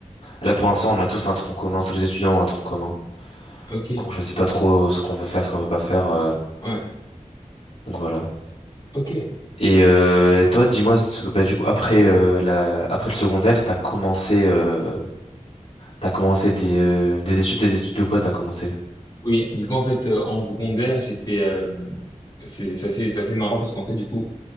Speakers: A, on the left; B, on the left.
A: Là,
B: d'accord.
A: pour l'instant, on a tous un tronc commun, tous les étudiants ont un tronc commun.
B: Ok,
A: qu'on choisit pas trop ce qu'on veut faire, ce qu'on veut pas faire. euh,
B: ouais,
A: donc voilà.
B: ok.
A: Et euh, toi, dis-moi, ce que- bah, du coup, après, euh, la, après le secondaire, t'as commencé, euh, t'as commencé des, euh, des études, des études de quoi t'as commencé?
B: Oui, du coup, en fait, euh, en secondaire, j'étais, euh, c'est c'est assez, c'est assez marrant parce qu'en fait, du coup,